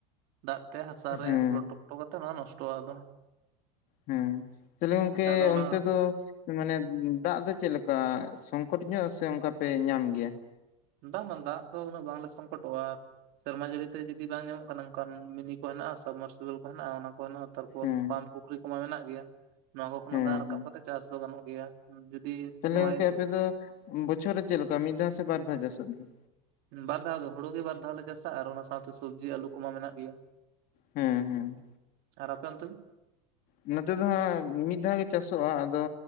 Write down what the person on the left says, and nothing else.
ᱦᱮᱸ
ᱦᱩᱸ ᱛᱟᱦᱚᱞᱮ ᱜᱚᱝᱠᱮ
ᱚᱱᱛᱮ ᱫᱚ ᱢᱟᱱᱮ ᱫᱟᱜ ᱫᱚ ᱪᱮᱫ ᱞᱮᱠᱟ ᱥᱚᱝᱠᱚᱴ ᱧᱚᱜ ᱥᱮ ᱚᱱᱠᱟ ᱯᱮ ᱧᱟᱢ ᱜᱮᱭᱟ?
ᱦᱮᱸ
ᱦᱮᱸ
ᱦᱮᱸ
ᱛᱟᱦᱞᱮ
ᱜᱚᱝᱠᱮ ᱟᱯᱮ ᱫᱚ ᱵᱚᱪᱷᱚᱨ ᱨᱮ ᱪᱮᱫ ᱞᱮᱠᱟ ᱢᱤᱫ ᱫᱷᱟᱣ ᱥᱮ ᱵᱟᱨ ᱫᱷᱟᱣ ᱪᱟᱥᱚᱜ ᱜᱮ
ᱦᱩᱸ ᱦᱩᱸ
ᱱᱚᱛᱮ ᱫᱚ ᱦᱟᱸᱜ ᱢᱤᱫ ᱫᱷᱟᱣ ᱜᱮ ᱪᱟᱥᱚᱜ- ᱟ ᱟᱫᱚ